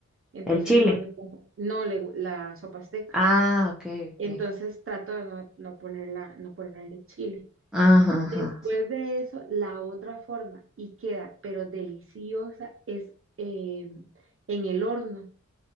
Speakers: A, on the right; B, in the centre.
A: entonces
B: El chile.
A: no le pongo, no le, gu- la sopa azteca,
B: Ah, ok, ok.
A: entonces trato de no, no ponerla, no ponerle chile.
B: Ajá,
A: Después
B: ajá,
A: de eso, la otra forma, y queda, pero deliciosa, es eh, en el horno.